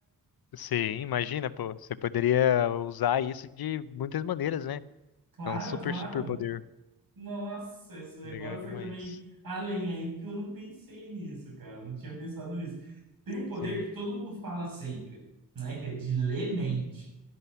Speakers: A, on the left; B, on the right.
A: Sim, imagina, pô. Você poderia usar isso de muitas maneiras, né?
B: Claro,
A: É um super,
B: claro.
A: super poder.
B: Nossa, essa
A: Legal
B: agora
A: demais.
B: foi também além aí, porque eu não pensei nisso, cara, eu não tinha pensado nisso. Tem um poder
A: Sim.
B: que todo mundo fala sempre, né? Que é de ler mente.